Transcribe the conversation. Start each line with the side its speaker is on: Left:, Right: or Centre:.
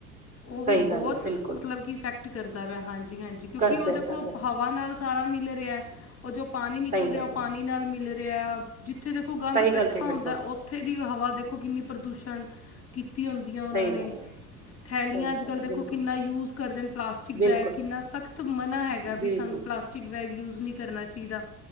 Left: ਉਹ
Right: ਸਹੀ
Left: ਵੀ ਬਹੁਤ,
Right: ਗੱਲ ਹੈ ਬਿਲਕੁਲ
Left: ਮਤਲਬ ਕਿ ਇਫੈਕਟ ਕਰਦਾ ਵਾ, ਹਾਂਜੀ -ਹਾਂਜੀ, ਕਿਉਂਕਿ
Right: ਕਰਦਾ
Left: ਉਹ ਦੇਖੋ,
Right: ਕਰਦਾ
Left: ਹਵਾ ਨਾਲ ਸਾਰਾ ਮਿਲ ਰਿਹਾ, ਉਹ ਜੋ ਪਾਣੀ ਨਿਕਲ
Right: ਸਹੀ
Left: ਰਿਹਾ,
Right: ਗੱਲ
Left: ਉਹ
Right: ਹੈ
Left: ਪਾਣੀ ਨਾਲ ਮਿਲ ਰਿਹਾ। ਜਿੱਥੇ ਦੇਖੋ ਗੰਦ
Right: ਸਹੀ
Left: ਇਕੱਠਾ
Right: ਗੱਲ ਕਹੀ ਬਿਲਕੁਲ
Left: ਹੁੰਦਾ, ਉੱਥੇ ਦੀ ਹਵਾ ਦੇਖੋ ਕਿੰਨੀ ਪ੍ਰਦੂਸ਼ਣ, ਕੀਤੀ ਹੁੰਦੀ ਵਧੀਆ ਉਹਨਾਂ
Right: ਸਹੀ
Left: ਨੇ
Right: ਗੱਲ ਹੈ
Left: ਥੈਲੀਆਂ
Right: ਸਹੀ
Left: ਅੱਜ
Right: ਗੱਲ
Left: ਕੱਲ੍ਹ
Right: ਹੈ
Left: ਦੇਖੋ
Right: ਬਿਲਕੁਲ
Left: ਕਿੰਨਾ ਯੂਜ ਕਰਦੇ ਨੇ ਪਲਾਸਟਿਕ
Right: ਬਿਲਕੁਲ
Left: ਬੈਗ ਕਿੰਨਾ ਸਖ਼ਤ ਮਨਾਂ ਹੈਗਾ ਵੀ
Right: ਜੀ
Left: ਸਾਨੂੰ
Right: ਜੀ
Left: ਪਲਾਸਟਿਕ ਪਲਾਸਟਿਕ ਬੈਗ ਯੂਜ ਨਹੀ ਕਰਨਾ ਚਾਹੀਦਾ,